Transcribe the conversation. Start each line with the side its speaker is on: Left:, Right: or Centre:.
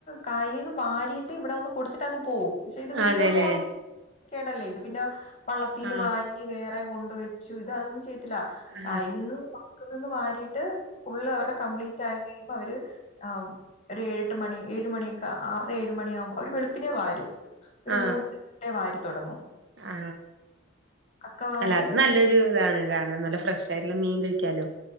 Left: കൈയീന്ന് വാരിട്ട് ഇവിട വന്ന് കൊടുത്തിട്ട് അങ്ങ് പോവും പക്ഷെ ഇത് വീട്ടിലോട്ട്
Right: അതെല്ലേ
Left: കൊണ്ട് കേറ്റില്ലേ ഇത് പിന്ന വള്ളത്തിന്ന്
Right: ആ
Left: വാങ്ങി വേറെ കൊണ്ട് വെച്ചു ഇത് അതൊന്നു ചെയ് തില്ല
Right: ആ
Left: കൈലിന്നും <unintelligible> നിന്ന് വാരിട്ട് ഫുള്ള് <unintelligible> കംപ്ലീറ്റായി കഴിയുമ്പോ അവര് ആ ഒരു ഏഴ് എട്ട് മണി ഏഴ് മണിക്ക ആറ് ഏഴ് മണിയാവുമ്പോ അവര് വെളുപ്പിനെ വരും ഒരു
Right: ആ ആ
Left: മൂന്ന് <unintelligible> തുടങ്ങും
Right: ആ
Left: കക്ക വാരി
Right: അല്ല അത് നല്ലൊരു ഇതാണ് കാരണം നല്ല ഫ്രഷ് ആയിട്ടുള്ള മീൻ കഴിക്കാലോ